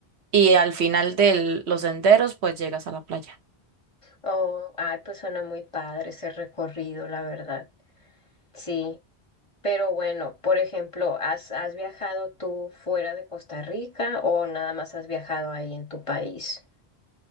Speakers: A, on the right; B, on the left.
A: y al final de los senderos pues llegas a la playa.
B: O, ay, pues suena muy padre ese recorrido, la verdad. Sí. Pero bueno, por ejemplo, ¿has, has viajado tú fuera de Costa Rica o nada más has viajado ahí en tu país?